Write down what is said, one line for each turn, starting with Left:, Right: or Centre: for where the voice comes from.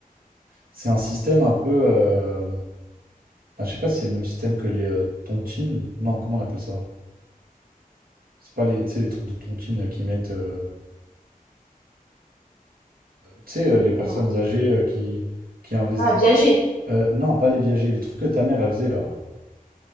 Right: c'est un système un peu. euh, enfin, je sais pas si c'est le même système que les euh, tontines. Non, comment on appelle ça? C'est pas les, tu sais, les trucs de tontines là qui mettent. euh, tu sais, euh, les personnes
Left: Ah,
Right: âgées euh, qui, qui investissent.
Left: Ah, viager.
Right: non, pas les viagers. Le truc que ta mère elle faisait là.